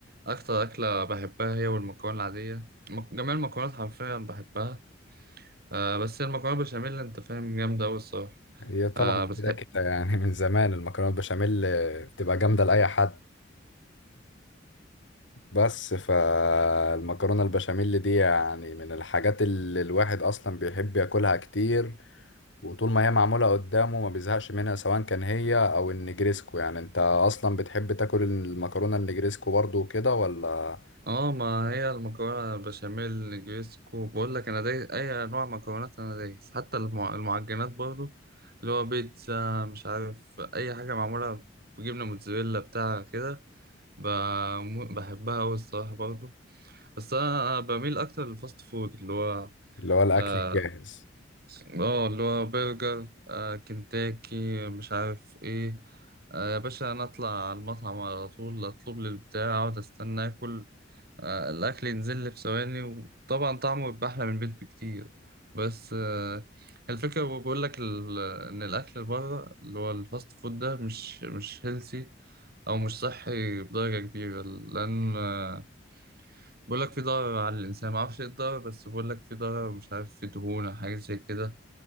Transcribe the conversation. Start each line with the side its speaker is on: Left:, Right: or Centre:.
Right: أكتر أكلة بحبها هي والمكرونة العادية مك- جميع المكرونات حرفيا بحبها آه، بس هي المكرونة البشاميل أنت فاهم جامدة أوي الصراحة
Left: هي طبعا
Right: آه، بتحب
Left: كده كده يعني من زمان المكرونة البشاميل بتبقى جامدة لأي حد بس فالمكرونة البشاميل دي يعني من الحاجات اللي الواحد أصلا بيحب ياكلها كتير وطول ما هي معمولة قدامه ما بيزهقش منها سواء كان هي أو النجريسكو يعني أنت أصلا بتحب تاكل المكرونة النجريسكو برضو كده ولا
Right: اه ما هي المكرونة بشاميل نجريسكو بقول لك أنا دايس أي أنواع مكرونات أنا دايس حتى المع- المعجنات برضو اللي هو بيتزا مش عارف أي حاجة معمولة بجبنة موتزاريلا بتاع كده ب- بحبها أوي الصراحة برضو بس انا بميل اكتر للفاست فود اللي هو
Left: اللي هو الأكل
Right: اه
Left: الجاهز؟
Right: آه، اللي هو برجر آه كنتاكي مش عارف ايه آه يا باشا انا اطلع على المطعم على طول اطلب لي البتاع اقعد استنى اكل آه الاكل ينزل لي في ثواني وطبعا طعمه بيبقى احلى من البيت بكتير بس آه الفكره بقول لك ال- ان الاكل بره اللي هو الفاست فود ده مش مش هيلثي او مش صحي بدرجه كبيره لان آه، بقول لك في ضرر على الإنسان ما أعرفش إيه الضرر بس بقول لك في ضرر مش عارف في دهون أو حاجة زي كده